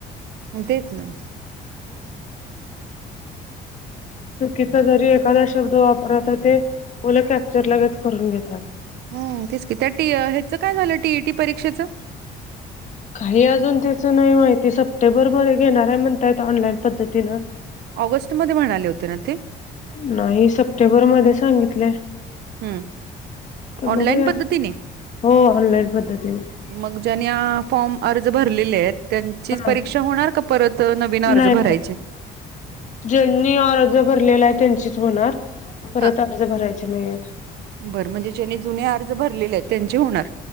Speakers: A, on the right; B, on the left.
A: तेच ना.
B: चुकीचा जरी एखादा शब्द वापरला तर ते मुलं कॅप्चर लगेच करून घेतात.
A: हो तेच की त्या टी ह्याच काय झालं टीईटी परीक्षेचं.
B: काही अजून त्याच नाही माहिती सप्टेंबरमध्ये घेणार आहे म्हणतायेत ऑनलाईन पद्धतीनं.
A: ऑगस्ट मध्ये म्हणाले होते ना ते.
B: नाही सप्टेंबर मध्ये सांगितलेय.
A: हम्
B: बघूया.
A: ऑनलाईन पद्धतीने.
B: हो ऑनलाईन पद्धतीने.
A: मग ज्याने फॉर्म अर्ज भरलेले आहेत. त्यांची
B: हा
A: परीक्षा होणार का परत नवीन अर्ज
B: नाही
A: भरायचे.
B: नाही, ज्यांनी अर्ज भरलेला आहे त्यांचीच होणार परत
A: हा.
B: अर्ज भरायचे. जिनद.
A: बरं म्हणजे ज्यांनी जुने अर्ज भरलेले आहेत त्यांचे होणार.